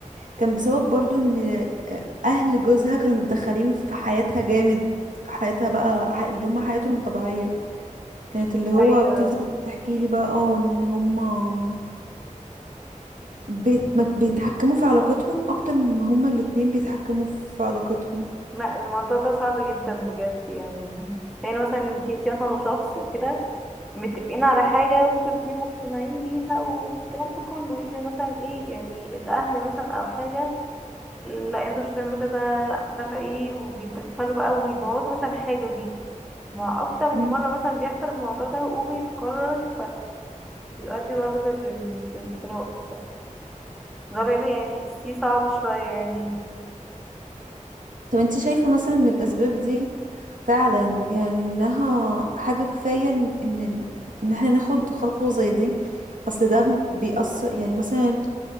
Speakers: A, on the right; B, in the centre.
A: كان بسبب برضو ان آه، اهل جوزها كانوا متدخلين في حياتها جامد حياتها بقى ح- اللي هم حياتهم الطبيعيه كانت اللي هو
B: ايوه
A: بتفضل تحكي لي بقى اه ان هما بيت مك- بيتحكموا في علاقتهم اكتر ما هما الاتنين بيتحكموا في علاقتهم
B: ما الموضوع ده صعب جدا بجد يعني يعني مثلا انك انتي اصلا شخص وكده متفقين على حاجة وانتوا الاتنين مقتنعين بيها والكلام ده كله يجي مثلا ايه يعني الأهل مثلا أو حاجة لا انتوا مش هتعملوا كذا لا مش عارفة ايه وبيتدخلوا بقى ويبوظوا مثلا الحاجة دي مع أكتر
A: مم.
B: من مرة مثلا بيحصل الموضوع ده وبيتكرر فيؤدي برضه للانطلاق فده بجد يعني تحسيه صعب شوية يعني
A: طب انت شايفة مثلا ان الاسباب دي فعلا يعني انها حاجة كفاية ان ان إن احنا ناخد خطوة زي دي اصل ده م- بيأثر يعني مثلا